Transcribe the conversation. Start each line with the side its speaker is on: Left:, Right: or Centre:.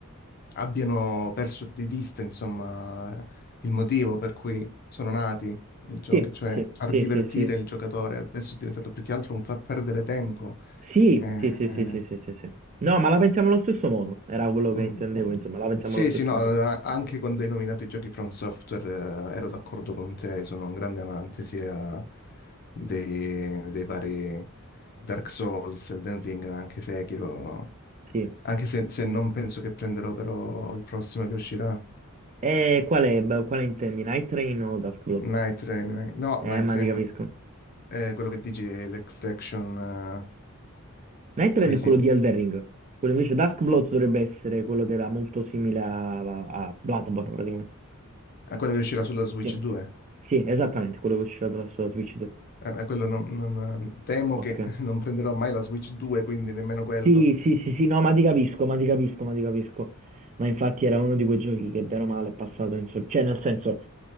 Left: abbiano perso di vista, insomma, il motivo per cui sono nati i giochi,
Right: sì,
Left: cioè
Right: sì,
Left: far divertire
Right: sì,
Left: il giocatore. Adesso è diventato più che altro un far perdere tempo.
Right: sì,
Left: Eh,
Right: sì, sì,
Left: eh,
Right: sì, sì, sì, sì, sì. sì. No, ma la pensiamo allo stesso modo, era quello che
Left: Mm,
Right: intendevo,
Left: mm.
Right: insomma, la pensiamo
Left: Sì,
Right: allo stesso
Left: sì, no,
Right: modo,
Left: a- anche quando hai nominato i giochi From Software, eh, ero d'accordo con te, sono un grande amante sia dei, dei vari Dark Souls, Elden Ring, anche Sekiro,
Right: sì.
Left: anche se, se non penso che prenderò però il prossimo che uscirà,
Right: E qual è, beh, quale intendi, Night Train o Dusk Blood?
Left: Night Train, eh, no,
Right: Eh,
Left: Night
Right: ma
Left: Train,
Right: ti capisco.
Left: è quello che dici è l'Extraction, eh,
Right: Night Train
Left: sì,
Right: è
Left: sì,
Right: quello di Elden Ring, quello invece Dusk Blood dovrebbe essere quello che era molto simile a, a Bloodborne, praticamente.
Left: è quello che uscirà sulla Switch
Right: Sì,
Left: 2,
Right: Sì, esattamente, quello che uscirà dalla- sulla Switch 2.
Left: Eh, eh, quello non- non- temo
Right: Ok.
Left: che <laughs> non prenderò mai la Switch 2, quindi nemmeno quello.
Right: Sì, sì, sì, sì, no, ma ti capisco, ma ti capisco, ma ti capisco. Ma infatti era uno di quei giochi che bene o male è passato in sordina. Cioè, nel senso,